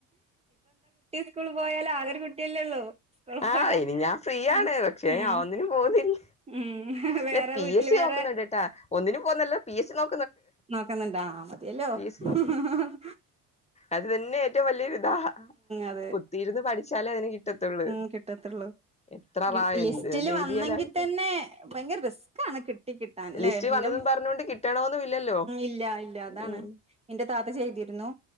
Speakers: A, on the right; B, on the left.
A: സ്കൂൾ പോയാൽ ആകെയൊരു കുട്ടിയല്ലേ ഉള്ളൂ സ്കൂള്
B: ആഹ്
A: പോയാ
B: ഇനി ഞാൻ ഫ്രീയാണ്
A: തനിച്ച്
B: പക്ഷെ
A: ഉം
B: ഞാൻ ഒന്നിനും പോന്നില്ല
A: ഉം
B: അല്ല
A: വേറെ
B: പി
A: വീട്ടില്
B: എസ് സി
A: വേറെ
B: നോക്കുന്നുണ്ട്ട്ടാ ഒന്നിനും പോന്നില്ല പി എസ് സി നോ
A: നോക്കുന്നുണ്ടാ മതിയല്ലോ
B: എസ് സി നോക്കുന്നു
A: ഹ ഹ
B: അത് തന്നെ ഏറ്റവും വലിയ ഹ
A: അതെ
B: കുത്തിരുന്ന് പഠിച്ചാലെ അതിന് കിട്ടത്തുള്ളൂ
A: ഉം കിട്ടത്തുള്ളൂ
B: എത്ര
A: കിട്ടി
B: റാ എന്ത്
A: ലിസ്റ്റില്
B: എഴുതിയാലായിട്ട്
A: വന്നെങ്കി തന്നെ ഭയങ്കര റിസ്ക്കാണ് കിട്ടി കിട്ടാൻല്ലേ
B: ലിസ്റ്റ്
A: എന്റെ
B: വന്നതും
A: ഉം
B: പറഞ്ഞോണ്ട് കിട്ടണോന്നും ഇല്ലല്ലോ
A: ഇല്ല ഇല്ല അതാണ്
B: ഉം
A: എന്റെ താത്ത ചെയ് ഇരുന്നു